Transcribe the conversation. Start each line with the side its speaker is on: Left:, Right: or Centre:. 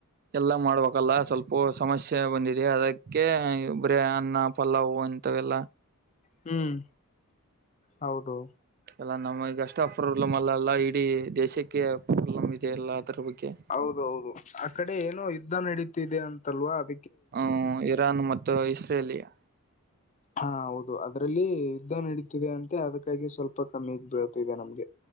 Right: ಎಲ್ಲ ಮಾಡ್ಬೇಕಲ್ಲ ಸ್ವಲ್ಪು ಸಮಸ್ಯೆ ಬಂದಿದೆ ಅದಕ್ಕೆ ಬರೆ ಅನ್ನ ಪಲ್ಲಾವು ಇಂತವೆಲ್ಲ.
Left: ಹ್ಮ್ ಹೌದು.
Right: ಎಲ್ಲ ನಮಗ ಅಷ್ಟೇ ಅಪಾಬ್ಲಮ್ ಅಲ್ಲ ಅಲ್ಲ ಇಡೀ ದೇಶಕ್ಕೆ ಪ್ರಾಬ್ಲಮ್ ಇದೆ ಅಲ್ಲ ಅದ್ರ ಬಗ್ಗೆ.
Left: ಹೌದೌದು ಆ ಕಡೆ ಏನೋ ಯುದ್ಧ ನಡೀತಿದೆ ಅಂತಲ್ವಾ ಅ
Right: ಹ್ಮ ಇರಾನ್ ಮತ್ತು ಇಸ್ರೇಲಿಯಾ.
Left: ಹಾ ಹೌದು ಅದ್ರಲ್ಲಿ ಯುದ್ಧ ನಡೀತಿದೆ ಅಂತೆ ಅದಕ್ಕಾಗಿ ಸ್ವಲ್ಪ ಕಮ್ಮಿ ಬೀಳ್ತಿದೆ ನಮ್ಗೆ.